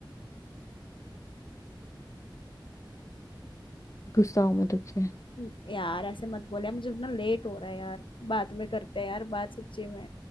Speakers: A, on the left; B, on the left.
A: गुस्सा हूं मैं तुझसे
B: हम्म, यार ऐसे मत बोले मुझे इतना लेट हो रहा है यार बाद में करते हैं यार बात सच्ची में